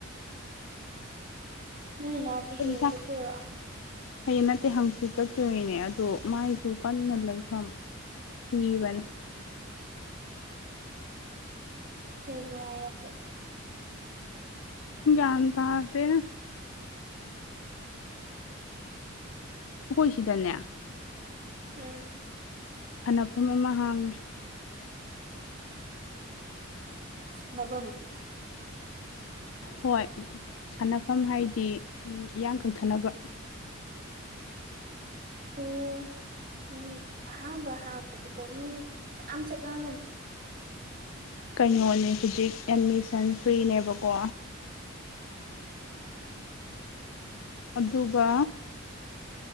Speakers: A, on the right; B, on the left.
A: ꯅꯣꯏ ꯅꯅꯥꯎꯄꯤ
B: ꯑꯩ
A: ꯍꯌꯦꯡ
B: ꯏꯁꯥ
A: ꯆꯠꯇꯣꯏꯔꯣ
B: ꯍꯌꯦꯡ ꯅꯠꯇꯦ ꯍꯥꯡꯆꯤꯠ ꯆꯠꯇꫭꯏꯅꯦ ꯑꯗꯣ ꯃꯥꯏꯁꯨ ꯀꯟꯅ ꯂꯩꯐꯝ ꯊꯤꯕꯅꯦ
A: ꯀꯩꯕꯨ ꯍꯥꯏꯔꯛꯀꯦ
B: ꯒꯌ꯭ꯥꯟ ꯇꯥꯗꯦ ꯑꯩꯈꯣꯏ ꯁꯤꯗꯅꯦ
A: ꯎꯝ
B: ꯁꯥꯟꯅꯐꯝ ꯑꯃ ꯍꯥꯡꯉꯦ
A: ꯁꯥꯟꯅꯕꯝ
B: ꯍꯣꯏ ꯁꯥꯟꯅꯐꯝ ꯍꯥꯏꯗꯤ ꯏꯌꯥꯡ ꯀꯪꯊꯅꯕ
A: ꯑꯣ ꯃꯤ ꯑꯍꯥꯝꯕ ꯍꯥꯡꯕꯗꯤꯀꯣ ꯃꯤ ꯌꯥꯝ ꯆꯠꯅꯕꯅꯦ
B: ꯀꯩꯅꯣꯅꯦ ꯍꯧꯖꯤꯛ ꯑꯦꯠꯃꯤꯁꯟ ꯐ꯭ꯔꯤꯅꯦꯕꯀꯣ ꯑꯗꯨꯒ